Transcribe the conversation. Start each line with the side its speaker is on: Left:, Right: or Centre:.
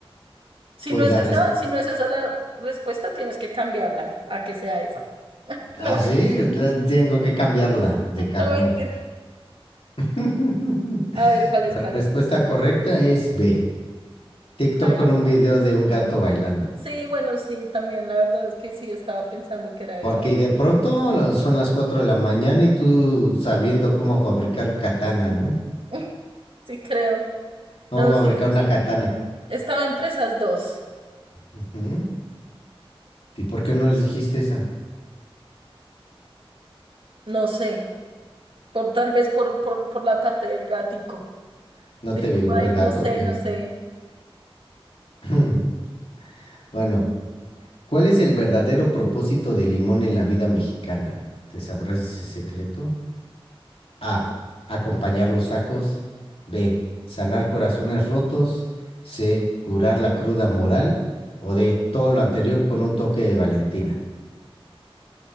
Right: Si
Left: Pues
Right: no es
Left: la
Right: esa,
Left: respuesta,
Right: si no es esa la respuesta, tienes que cambiarla a que sea esa. <laughs> No,
Left: así
Right: men-
Left: eh, tengo que cambiarla de cajón.
Right: no mentira.
Left: <laughs>
Right: A ver, ¿cuál
Left: La
Right: es,
Left: respuesta
Right: cuál es?
Left: correcta es B. TikTok
Right: La
Left: con
Right: del-
Left: un video de un gato bailando.
Right: Sí, bueno, sí, también la verdad es que sí estaba pensando que era
Left: Porque
Right: esa, pero
Left: de pronto la- son las 4 de la mañana y tú sabiendo cómo fabricar katana, ¿no?
Right: <laughs> sí creo.
Left: Cómo
Right: No,
Left: fabricar
Right: sí, sí,
Left: una
Right: sí.
Left: katana.
Right: Estaba entre esas dos.
Left: Ujú. ¿Y por qué no le dijiste esa?
Right: No sé. Por, tal vez por, por, por la parte del gatico.
Left: ¿No
Right: De
Left: te vibró
Right: como
Left: el gato
Right: de- no sé,
Left: o qué?
Right: no sé.
Left: <clears throat> <laughs> Bueno, ¿cuál es el verdadero propósito del limón en la vida mexicana? ¿Te sabrás ese secreto? A. Acompañar los tacos. B. Sanar corazones rotos. C. Curar la cruda moral. O D. Todo lo anterior con un toque de Valentina.